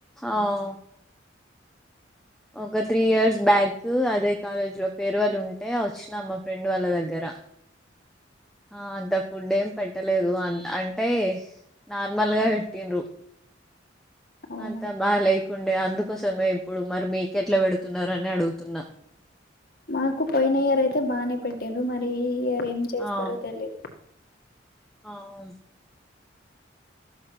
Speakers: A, in the centre; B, on the left.
A: ఆవ్ ఒక త్రీ ఇయర్స్ బ్యాకు అదే కాలేజ్ లో పెర్వాల్ వాళ్ళు ఉంటే వచ్చినా మా ఫ్రెండ్ వాళ్ళ దగ్గర. ఆ అంత పుడ్ ఏం పెట్టలేదు అంత్ అంటే నార్మల్ గా పెట్టిన్రు
B: అవునా
A: అంతా బాగా లేకుండే అందుకోసమే ఇప్పుడు మరి మీకెట్లా పెడుతున్నరు అని అడుగుతున్నా.
B: మాకు పోయిన ఇయర్ అయితే బాగానే పెటిన్రు మరి ఈ ఇయర్ ఏం చేస్తారో
A: ఆ
B: తెలిదు.
A: ఆ